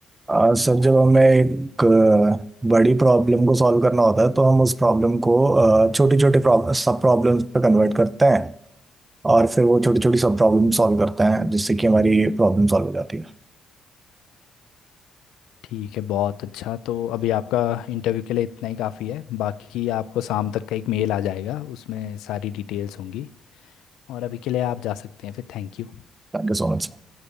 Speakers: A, on the right; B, on the left.
A: अ, सर जब हमें एक अ, बड़ी प्रॉब्लम को सॉल्व करना होता है तो हम उस प्रॉब्लम को छोटी छोटी सब प्रॉब्लम्स पे कन्वर्ट करते हैं और फिर वो छोटी छोटी सब प्रॉब्लम सॉल्व करते हैं जिससे कि हमारी प्रॉब्लम सॉल्व हो जाती है
B: ठीक है बहुत अच्छा तो अभी आपका इंटरव्यू के लिए इतना ही काफ़ी है बाकी आपको शाम तक का एक मेल आ जाएगा उसमें सारी डिटेल्स होंगी और अभी के लिए आप जा सकते हैं फिर थैंक यू
A: Thank you so much